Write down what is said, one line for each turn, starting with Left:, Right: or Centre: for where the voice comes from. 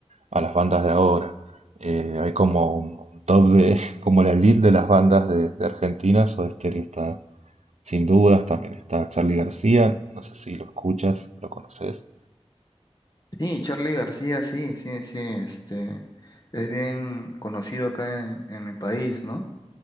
Right: a las bandas de ahora. Eh, hay como un, un top de, <laughs> como la elite de las bandas de, de Argentina, Soda Stereo está sin dudas, también está Charly García, no sé si lo escuchas, lo conoces.
Left: Sí, Charlie García, sí, sí, sí, este, es bien conocido acá en, en mi país, ¿no?